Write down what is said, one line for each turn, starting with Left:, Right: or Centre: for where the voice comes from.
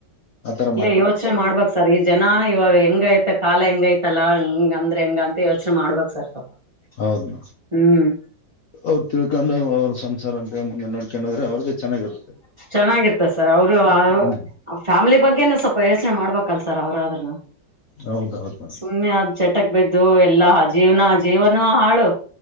Left: ಆತರ
Right: ಇಲ್ಲ
Left: ಮಾಡ್ಕೊಂಡ್
Right: ಯೋಚನೆ
Left: ಹೋಗ್ತಾರ.
Right: ಮಾಡ್ಬೇಕ್ ಸರ್ ಈ ಜನ ಇವಾಗ ಹೆಂಗೈತೆ ಕಾಲ ಹೆಂಗೈತಲ್ಲ ಹಂಗಂದ್ರೆ ಹೆಂಗಂತ್ ಅದೆ ಯೋಚ್ನೆ ಮಾಡ್ಬೇಕ್ ಸರ್ ಪಾಪ
Left: ಹೌದ
Right: ಹ್ಮ್.
Left: ಅವ್ರು ತಿಳ್ಕೊಂಡು ಅವ್ರ್ ಸಂಸಾರ ಅಂತೇಳಿ ಮುಂದೆ ನೋಡ್ಕೊಂಡು ಹೋದ್ರೇ ಅವ್ರಿಗೂ ಚೆನ್ನಾಗಿರುತ್ತೆ.
Right: ಚೆನ್ನಾಗಿರ್ತದ್ ಸರ್ ಅವ್ರು ಆ
Left: ಹ್ಮ್
Right: ಆ ಫ್ಯಾಮಿಲಿ ಬಗ್ಗೆನು ಸ್ವಲ್ಪ ಯೋಚ್ನೆ ಮಾಡ್ಬೇಕಲ್ ಸರ್ ಅವರಾದ್ರೂನು
Left: ಹೌದೌದು ಮೇಡಮ್
Right: ಸುಮ್ನೇ ಆದ್ ಚಟಕ್ ಬಿದ್ದು ಎಲ್ಲಾ ಜೀವನ ಜೀವನೂ ಹಾಳು